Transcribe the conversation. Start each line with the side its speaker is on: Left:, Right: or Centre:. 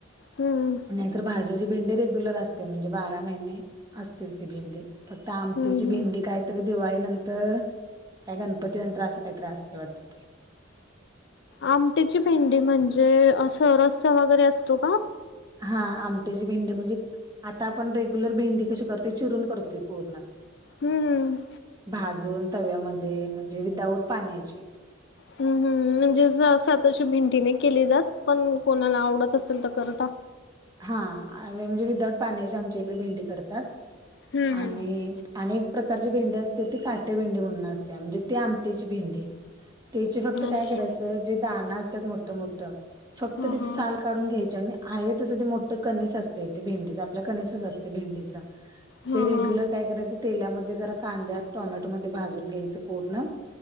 Left: हम्म
Right: नाहीतर भा जी जी भिंडी रेग्युलर असते म्हणजे बारा महिने असतेच ती भिंडी फक्त आमटीची
Left: हम्म हम्म.
Right: भेंडी काय तर दिवाळी नंतर काय गणपती नंतर असं काही त्रास ते वाटत ते
Left: आमटेची भेंडी म्हणजे सरस्ता वगैरे असतो का?
Right: हा आमट्याची भेंडी म्हणजे आता आपण रेग्युलर भेंडी कशी करतोय चिरून करतोय पूर्ण.
Left: हम्म....
Right: भाजून तव्यामध्ये म्हणजे विदाउट पाण्याची.
Left: हम्म हम्म म्हणजे सातशी भिंडी नाही केली जात पण कोणाला आवडत असेल तर करता
Right: हा म्हणजे विदाऊट पाण्याची आमची एकडे भेंडी करतात
Left: हम्म
Right: आणि
Left: हम्म.
Right: अनेक प्रकारची भेंडी असते ती काटे भिंडी म्हणून असते म्हणजे ती आमटची भिंडी त्याचे फक्त काय
Left: अच्छा
Right: करायचं जे दाणं असतात मोठ मोठं फक्त
Left: हा
Right: त्याची
Left: हा
Right: साल काढून घ्यायचे आणि आहे तसं ते मोठ कनिस असते ते भेंडीचा आपल्या कनसच असते भेंडीचा
Left: हा
Right: ते रेग्युलर
Left: हा
Right: काय करायचं तेलामध्ये जरा कांद्यात टोमॅटोमध्ये भाजून घ्यायचं पूर्ण.